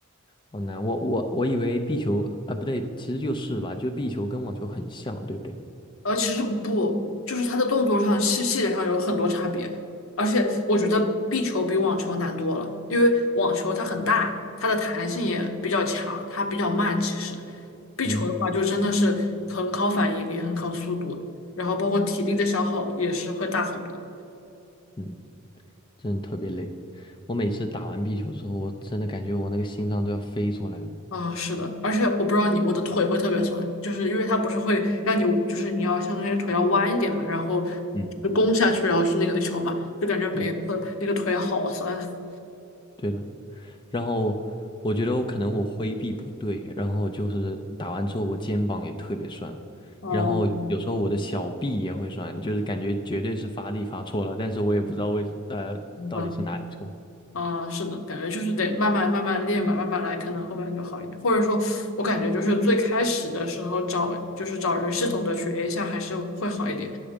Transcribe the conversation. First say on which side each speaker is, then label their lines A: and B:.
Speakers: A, on the left; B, on the left.
A: 好难。我我我以为壁球啊、呃不对，其实就是吧，就是壁球跟网球很像，对不对？
B: 呃，其实不，就是它的动作上细细节上有很多差别，而且我觉得壁球比网球难多了，因为网球它很大，它的弹性也比较强，它比较慢。其实壁球的话，
A: 嗯
B: 就真的是很考反应力，很考速度，然后包括体力的消耗也是会大很多。
A: 嗯。真的特别累。我每次打完壁球之后，我真的感觉我那个心脏都要飞出来了。
B: 啊、是的，而且我不知道你，我的腿会特别酸，就是因为它不是会让你，就是你要像那于腿要弯一点嘛，然后
A: 嗯，
B: 就弓下去，然后去那个球嘛，就感觉每次那个腿好酸。
A: 对，对的。然后我觉得我可能我挥臂不对，然后就是打完之后我肩膀也特别酸，
B: 哦，
A: 然后有时候我的小臂也会酸，就是感觉绝对是发力发错了，但是我也不知道为呃到底是哪里错。
B: 嗯哼啊，是的，感觉就是得慢慢慢慢练吧，慢慢来，可能后面就好一点。或者说，我感觉就是最开始的时候找，就是找人系统的学一下，还是会好一点。